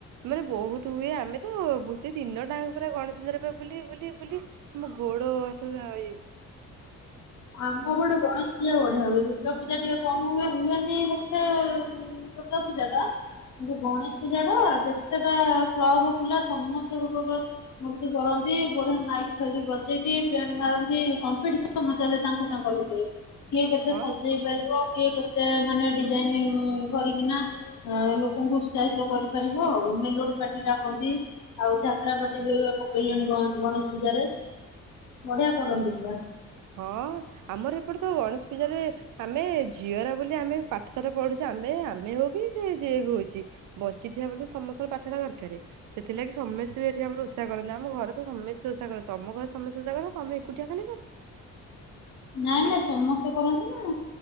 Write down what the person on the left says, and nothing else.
ଆମ ପଟେ ଗଣେଶ ପୂଜା ବଢିଆ ହୁଏ। ଦୁର୍ଗା ପୂଜା ଟିକେ କମ ହୁଏ। ହୁଏନି ହେତେ ଦୁର୍ଗା ପୂଜା ଟା। <unintelligible> ଗଣେଶ ପୂଜା ଟା ଯେତେଟା କ୍ଲବ ପିଲା ସମସ୍ତେ ଗୋଟେ ଗୋଟେ ମୃତ୍ତି କରନ୍ତି, ବଢିଆ ମାଇକି ଫାଇକି ବଜେଇକି ଟେଣ୍ଟ୍ ମାରନ୍ତି, କମ୍ପିଟିସନ ଚାଲେ ତାଙ୍କ ତାଙ୍କ ଭିତରେ। କିଏ କେତେ
ସଜେଇ ପାରବ। କିଏ କେତେ ମାନେ ଡିଜାଇନ କରିକିନା ଆ ଲୋକଙ୍କୁ ଉତ୍ସାହିତ କରିପାରିବ ଆଉ। ମେଲୋଡି ପାର୍ଟି ଡାକନ୍ତି। ଆଉ ଯାତ୍ରାପାଟି ବି ପକେଇଲେଣି ଗ ଗଣେଶ ପୂଜାରେ। ବଢିଆ କରନ୍ତି ପୁରା।
ନାଇଁ ନାଇଁ ସମସ୍ତେ କରନ୍ତି ନା।